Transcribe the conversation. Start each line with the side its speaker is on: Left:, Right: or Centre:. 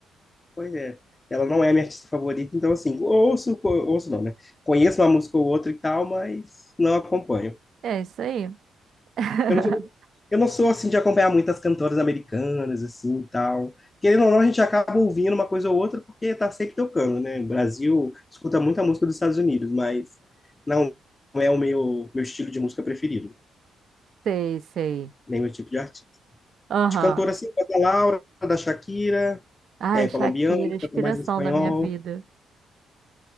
Left: pois é. Ela não é a minha artista favorita, então, assim, ouço, co- ouço não, né? Conheço uma música ou outra e tal, mas não acompanho.
Right: É isso aí. <laughs>
Left: Eu não sou, eu não sou assim de acompanhar muitas cantoras americanas, assim, e tal. Querendo ou não, a gente acaba ouvindo uma coisa ou outra porque tá sempre tocando, né? O Brasil escuta muita música dos Estados Unidos, mas não é o meu, meu estilo de música preferido,
Right: Sei, sei.
Left: nem meu tipo de artista.
Right: Aham.
Left: De cantora, assim, da Laura, da Shakira,
Right: Ai,
Left: é colombiana,
Right: Shakira, inspiração
Left: canta mais em espanhol.
Right: da minha vida.